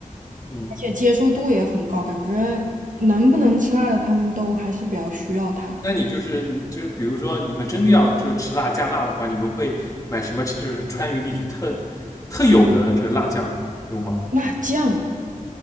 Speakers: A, on the left; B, on the right.
A: 嗯，
B: 而且接受度也很高，感觉能不能吃辣的他们都还是比较需要它。
A: 那你就是你就是，比如说你们真的要就是吃辣加辣的话，你们会买什么？就是川渝地区特特有的这个辣酱有吗？
B: 辣酱